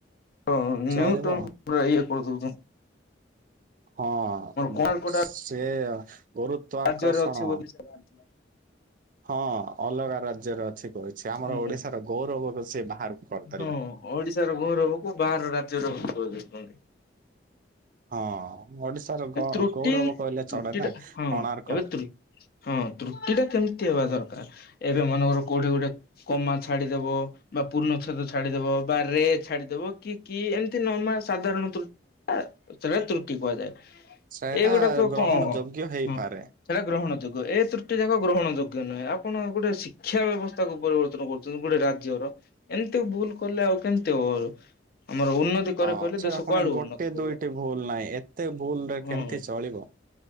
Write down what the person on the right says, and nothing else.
ଚଳିବ।
ହଁ
ସେ ଗୁରୁତ୍ବ ଆକର୍ଷଣ
ହଁ ଅଲଗା ରାଜ୍ୟରେ ଅଛି। କହିଛି ଆମର
ଓଡିଶାର ଗୌରବକୁ ସିଏ ବାହାରକୁ କରିଦେଲା।
ହଁ। ଓଡିଶାର ଗ
ଗୌରବ କହିଲେ ଚଳେ
ନା
କୋଣାର୍କ।
ସେଇଟା ଗ୍ରହଣ
ଯୋଗ୍ୟ ହେଇପାରେ।
ହଁ
ସେଟା
ପୁଣି
ଗୋଟେ
ଦୁଇଟି ଭୁଲ ନାହିଁ ଏତେ ଭୁଲ ରେ
କେମତି ଚଳିବ?